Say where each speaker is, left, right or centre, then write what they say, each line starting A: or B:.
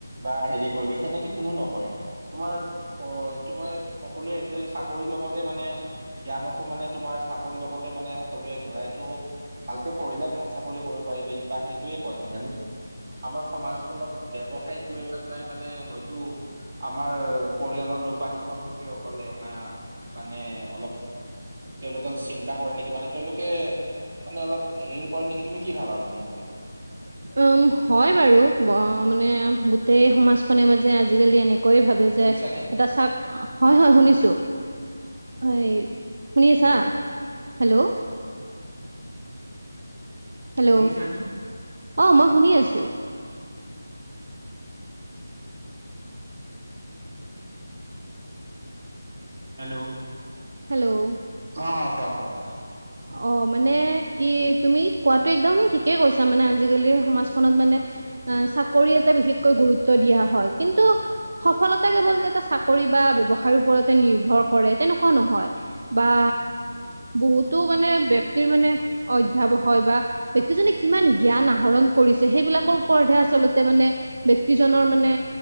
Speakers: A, on the right; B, on the right.
A: বা হেৰি কৰিবি সেনেকে কোনো নকয়ে, তোমাৰ তোমাৰ সকলোৱে সেইটোৱে চা কৰিৰ লগতে মানে জ্ঞানকো মানে তোমাৰ চাকৰিৰ লগতে মানে সকলোৱে জোৰাইতো ভালকে পঢ়িলে ভাল চাকৰি কৰিব পাৰিবি বা সেইটোৱে কয় মানে আমাৰ সমাজত অলপ ব্যৱসায়িক লৈ পেলাই মানে হয়তো আমাৰ পৰিয়ালৰ লোক বা শিক্ষক -শিক্ষয়িত্ৰীসকলে আমাৰ মানে অলপ তেওঁলোকে চিন্তা কৰে নেকি মানে তেওঁলোকে মানে অলপ হেৰি কৰে নেকি তুমি কি ভাবা মানে সেইটো বিষয়ে?
B: <inaudible> <inaudible> উম হয় বাৰু মানে গোটেই সমাজখনে মাজে আজিকালি এনে কৈ ভাবে
A: শুনিছানে
B: যে এটা চাক হয় হয় শুনিছো এই শুনিয়ছা
A: হেল্ল'
B: হেল্ল' হেল্ল'
A: শুনিছানে
B: অ মই শুনি আছো
A: হেল্ল'
B: হেল্ল'
A: অ কোৱা কোৱা কোৱা
B: অ মানে কি তুমি কোৱাটো একদম ঠিকেই কৈছা মানে আজিকালি সমাজখনত মানে আহ চাকৰি এটা বিশেষকৈ গুৰুত্ব দিয়া হয় কিন্তু সফলত টা কেৱল যে এটা চাকৰি বা ব্যৱসায় ওপৰতে নিৰ্ভৰ কৰে তেনেকুৱা নহয় বা বহুত টো মানে ব্য়ক্তিৰ মানে অধ্য়াৱ হয় বা ব্ক্তিজনে কিমান জ্ঞান আহৰণ কৰিছে সেইব ক ওে আচলতে মানে ব্যক্তিজনৰ মানে